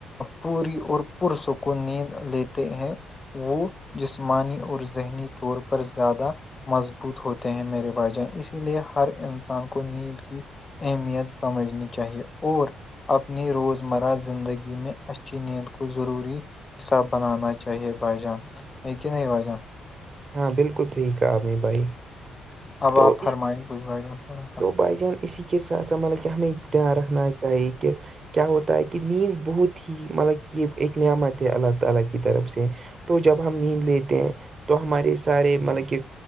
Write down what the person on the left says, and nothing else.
پوری اور پسوں کو نیند لیتے ہیں وہ جسمانی اور ذہنی طور پر پر زیادہ مضبوط ہوتے ہیں میرے بھائی جان اسی لیے ہر انسان کو نیند کی اہمیت سمجھنی چاہیے اور اپنی روزمرہ زندگی میں اچھی نیند کو ضروری حساب بنانا چاہیے بجان ہے کہ نہیں بجان
اب
آپ
فرمائیے کچھ بھائی جان تھوڑا سا